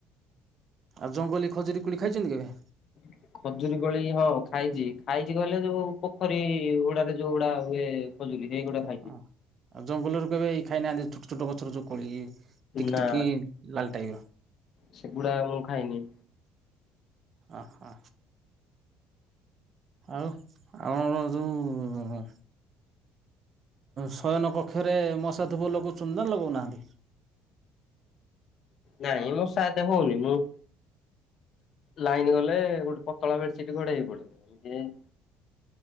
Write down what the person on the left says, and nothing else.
<inaudible> ଖଜୁରୀ କୋଳି ହଁ ଖାଇଚି, ଖାଇଚି କହିଲେ ଯୋଉ ପୋଖରୀ ହୁଡାରେ ଯୋଉ ଗୁଡା ହୁଏ। ସେଗୁଡା
ଖାଇଚି।
ନା
ସେଗୁଡା ମୁଁ ଖାଇନି।
ନାଇଁ ମଶା ଏତେ ହୋଉନି ମ। ଲାଇନ୍ ଗଲେ ଗୋଟେ ପତଳା ବେଡସିଟ୍ ଘୋଡେଇ ହେଇ ପଡିବୁ ଏମତିରେ <inaudible>